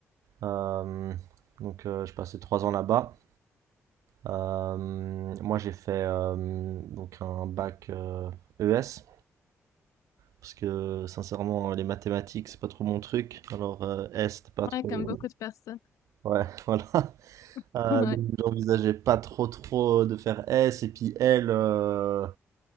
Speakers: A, on the right (about 85°); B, on the left (about 85°).
A: Euh, donc euh, je passais trois ans là-bas. Euh, moi, j'ai fait euh, donc un bac euh, ES parce que sincèrement, les mathématiques, c'est pas trop mon truc. Alors, euh, S, c'était pas trop.
B: Ouais, comme beaucoup de personnes.
A: Ouais, <laughs> voilà.
B: <laughs>
A: Euh,
B: Ouais.
A: donc, j'envisageais pas trop trop de faire S et puis L. euh,